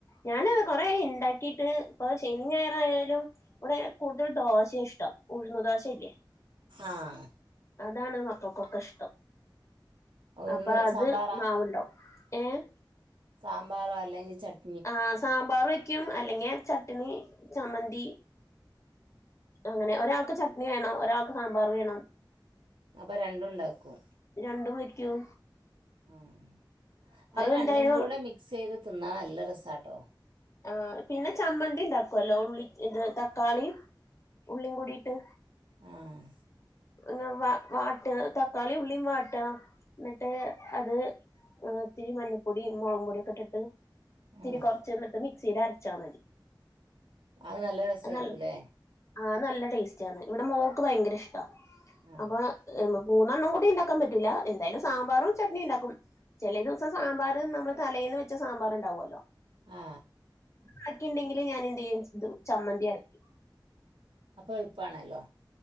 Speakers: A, on the left; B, on the right.
A: ഞാന് അതെ കൊറെ ആയി ഇണ്ടാക്കിട്ട് ഇപ്പൊ ശനി ഞായറ് ആയാലും ഇവിടെ കൂടുതൽ ദോശെ ഇഷ്ടം ഉഴ്ന്ന് ദോശയില്ലേ
B: ആഹ്
A: അതാണ് മക്കൾക്കൊക്കെ ഇഷ്ടം അപ്പ
B: ഒന്ന്
A: അത്
B: സാമ്പാറാ
A: മാവുണ്ടാവും ഏഹ്
B: സാമ്പാറോ അല്ലെങ്കി ചട്
A: ആഹ് സാമ്പാറ് വെയ്ക്കും അല്ലെങ്കി ചട്ണി ചമ്മന്തി അങ്ങനെ ഒരാക്ക് ചട്നി വേണം ഒരാക്ക് സാമ്പാറ് വേണം
B: അപ്പ രണ്ടും ഉണ്ടാക്കും
A: രണ്ടും വെയ്ക്കും
B: ഉം അത് രണ്ടും
A: എന്തായാലും
B: കൂടെ മിക്സ് ചെയ്ത് തിന്നാ നല്ല രസാട്ടോ
A: ആഹ് പിന്നെ ചമ്മന്തി ഉണ്ടാക്കുല്ലോ ഉള്ളി ഇത് തക്കാളീം ഉള്ളീം കൂടിട്ട്
B: ആഹ്
A: ഇങ്ങനെ വ വാട്ട്ക തക്കാളി ഉള്ളീം വാട്ട്കാ എന്നിട്ട് അത് ആഹ് ഇത്തിരി മഞ്ഞപ്പൊടിം മുളക്പൊടിക്ക ഇട്ടിട്ട് ഇത്തിരി
B: ആഹ്
A: കൊറച്ച് എനിട്ട് മിക്സില് അരച്ചാ മതി
B: അത് നല്ല രസായിക്കുല്ലേ
A: അത് നല്ല ആഹ് നല്ല ടേസ്റ്റ് ആന്ന് ഇവിടെ മോക്ക് ഭയങ്കര ഇഷ്ടാ
B: ആഹ്
A: അപ്പ അക് ഏ മം മൂന്നെണ്ണം കൂടി ഇണ്ടാക്കാൻ പറ്റൂല എന്തായാലും സാമ്പാറും ചട്നിം ഇണ്ടാക്കും ചെലെ ദിവസം സാമ്പാറ് നമ്മള് തലേന്ന് വെച്ച സാമ്പാറ്ണ്ടാകുവല്ലോ
B: ആ
A: ബാക്കി ഉണ്ടെങ്കില് ഞാൻ എന്ത് ചെയ്യും ഇത് ചമ്മന്തി അരയ്ക്കും
B: അപ്പൊ എളുപ്പാണല്ലോ